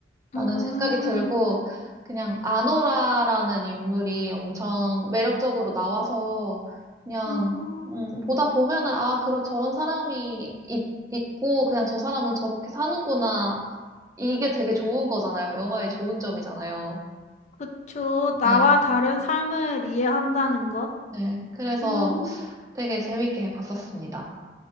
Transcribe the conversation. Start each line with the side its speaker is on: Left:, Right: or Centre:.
Right: 라는
Left: 음,
Right: 생각이 들고, 그냥 아노라라는 인물이 엄청 매력적으로 나와서, 그냥,
Left: 음,
Right: 음, 보다 보면은, 아, 그런, 저런 사람이 있, 있고, 그냥 저 사람은 저렇게 사는구나. 이게 되게 좋은 거잖아요. 영화의 좋은 점이잖아요.
Left: 그쵸. 나와
Right: 네,
Left: 다른 삶을 이해한다는 것?
Right: 네. 그래서
Left: 음,
Right: 되게 재밌게 봤었습니다.